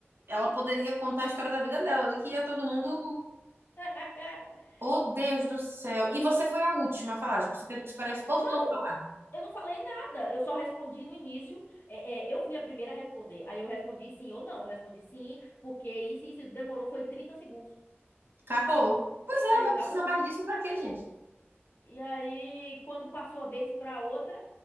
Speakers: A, on the right (about 60°); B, on the left (about 50°).
A: ela poderia contar a história da vida dela ali, que ia todo mundo.
B: <laughs>
A: Oh, Deus do céu! E você foi a última a falar, tipo, você teve que esperar esse povo
B: Não,
A: todo falar.
B: eu não falei nada. Eu só respondi no início. é, é, eu fui a primeira a responder. Aí eu respondi sim ou não. Eu respondi sim, porque isso, e isso demorou, foi 30 segundos.
A: Acabou.
B: E,
A: Pois é,
B: e aí
A: vai
B: acabou.
A: precisar mais disso pra quê, gente?
B: E aí, quando passou a vez pra outra,